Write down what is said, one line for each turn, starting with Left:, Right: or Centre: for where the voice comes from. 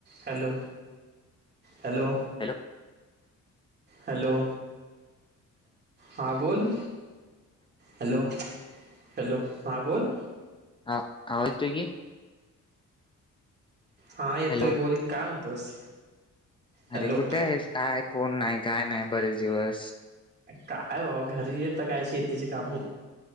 Right: Hello. Hello
Left: hello
Right: hello. हां बोल hello. Hello हां बोल.
Left: हा आवाज येतोय की
Right: हा येतोय
Left: हॅलो
Right: बोल काय म्हणतोस हॅलो
Left: अरे कुठे आहेस? काय फोन नाही. काय नाही बरेच दिवस.
Right: काय बा घरी येत काय शेतीचे काम..